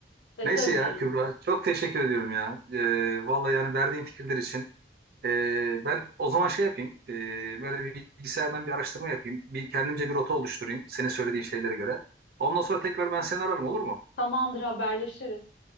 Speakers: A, on the left; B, on the right.
A: E
B: Neyse
A: tabii
B: ya
A: yani.
B: Kübra çok teşekkür ediyorum ya. Ee, vallahi yani verdiğin fikirler için. Ee, ben o zaman şey yapayım. ee, böyle bir bilgisayardan bir araştırma yapayım. Bir kendimce bir rota oluşturayım senin söylediğin şeylere göre. Ondan sonra tekrar ben seni ararım olur mu?
A: Tamamdır haberleşiriz.